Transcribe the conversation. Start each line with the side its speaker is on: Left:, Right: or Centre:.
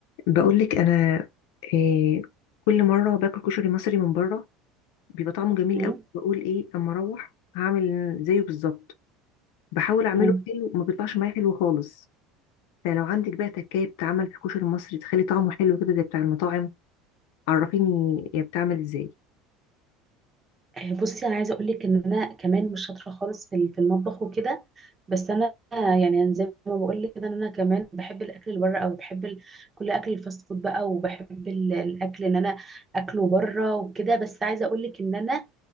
Left: بقولك انا إيه كل مره باكل كشري مصري من بره بيبقى طعمه جميل
Right: مم.
Left: قوي بقول ايه اما اروح هعمل زيه بالظبط بحاول اعمله
Right: مم.
Left: حلو وما بيطلعش معايا حلو خالص فلو عندك بقى تكايه بتعمل في الكشري المصري تخلي طعمه حلو كده زي بتاع المطاعم عرفيني هي بتعمل ازاي
Right: آه، بصي انا عايزه اقول لك ان انا كمان مش شاطره خالص في ال- في المطبخ وكده بس انا يعني أنا زي ما بقول لك كده ان انا كمان بحب الاكل اللي بره قوي بحب ال- كل اكل الفاست فود بقى وبحب ال- الاكل ان انا اكله بره وكده بس عايزه اقول لك ان انا